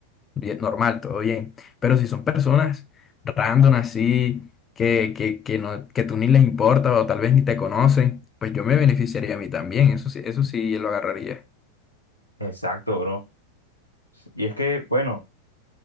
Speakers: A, on the left; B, on the left.
A: bien, normal, todo bien. Pero si son personas random así, que, que, que, no, que tú ni les importa o tal vez ni te conocen, pues yo me beneficiaría a mí también, eso sí, eso sí lo agarraría.
B: Exacto, bro. Y es que, bueno.